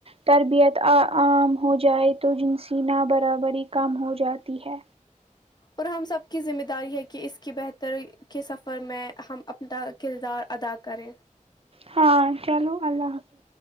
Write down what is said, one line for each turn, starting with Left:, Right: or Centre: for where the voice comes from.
Right: تربیت عام ہو جائے تو جنسی نا برابری کم ہو جاتی ہے
Left: اور ہم سب کی ذمہ داری ہے کہ اس کی بہتری کے سفر میں ہم اپنا کردار ادا کریں
Right: ہاں چلو اللہ حافظ